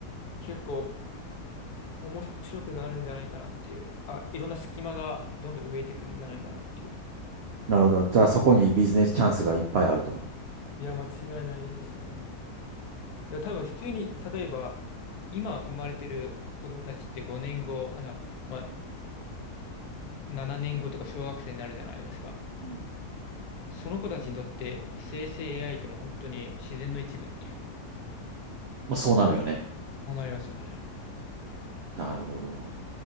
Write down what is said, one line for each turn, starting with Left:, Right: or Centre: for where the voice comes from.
Left: 結構面白くなるんじゃないかなっていう、あ、いろんな隙間がどんどん増えてくるんじゃないかなっていう。
Right: なるほど。じゃあそこにビジネスチャンスがいっぱいあると。
Left: いや、間違いないですね。だから多分普通に、例えば、今生まれてる子供たちって5年後、あ、じゃあまあ、7年後とか小学生になるじゃないですか。
Right: うん。
Left: その子たちにとって生成 AI ってもう本当に自然の一部っていう、
Right: まあ、そうなるよね。
Left: そうなりますよね。
Right: なるほど。